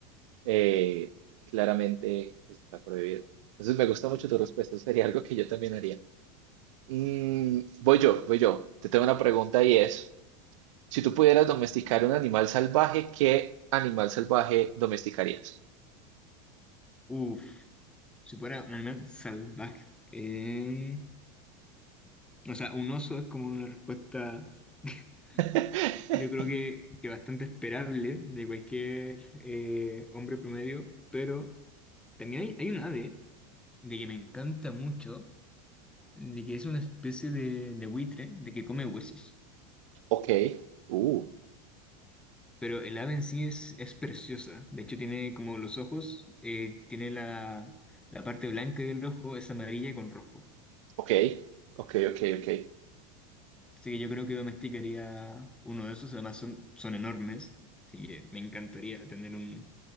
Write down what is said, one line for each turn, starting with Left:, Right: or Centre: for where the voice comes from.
Right: Eh, claramente pues, está prohibido. Entonces me gusta mucho tu respuesta, eso sería algo que yo también haría. Mm, voy yo, voy yo. Te tengo una pregunta y es, si tú pudieras domesticar un animal salvaje, ¿qué animal salvaje domesticarías?
Centre: Uf, si fuera un animal salvaje. eh, o sea, un oso es como una respuesta <laughs>
Right: <laughs>
Centre: Yo creo que, que bastante esperable de cualquier eh, hombre promedio, pero también hay, hay un ave de que me encanta mucho, de que es una especie de, de buitre, de que come huesos.
Right: Ok, uh,
Centre: Pero el ave en sí es, es preciosa. De hecho, tiene como los ojos, eh, tiene la, la parte blanca del ojo, es amarilla con rojo.
Right: ok, ok, ok, ok.
Centre: Así que yo creo que domesticaría uno de esos, además son, son enormes. Así que me encantaría tener un,